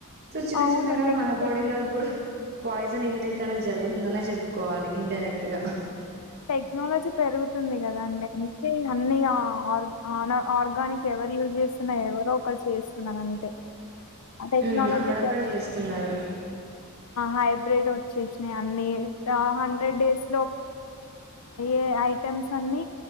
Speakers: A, on the right (about 50°); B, on the left (about 85°).
A: సో చిన్న
B: అవును
A: చిన్నగా
B: టెక్
A: మన బాడీ లో కూడా పాయిజన్ ఇంటేక్ అనేది జరుగుతుందనే చెప్పుకోవాలి ఇన్డైరెక్ట్ గా
B: టెక్నోాలజీ పెరుగుతుంది కదా అండి అంతే అన్ని ఆర్ ఆనా ఆర్గానిక్ ఎవరు యూజ్ చేస్తున్నా ఎవరో ఒకరు చేస్తున్నాను అంతే ఆ టెక్నాలజీ
A: ఉమ్, అక్కడక్కడ చేస్తున్నారు
B: హైబ్రిడ్ వచ్చేసిన అన్ని హండ్రెడ్ డేస్ లో ఏ ఐటమ్స్ అన్ని